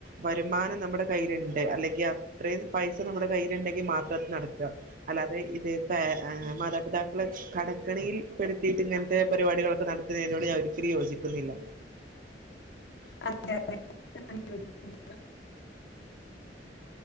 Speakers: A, on the right; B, on the left.
A: വരുമാനം നമ്മുടെ ധൈര്യണ്ട് അല്ലെങ്കി അത്രേം പൈസ നമ്മുടെ കയ്യിലിണ്ടെങ്കി മാത്രം അത് നടത്ത അല്ലാതെ ഇത് പാര ആ മാതാപിതാക്കളെ ഷ് കടക്കെണിയിൽ പെടുത്തിയിട്ട് ഇങ്ങൻത്തെ പരിപാടികളൊക്കെ നടത്തുന്നതിനോട് ഞാൻ ഒരിക്കലും യോജിക്കുന്നില്ല
B: അതെയതെ ഞാനും യോജിക്കുന്നില്ല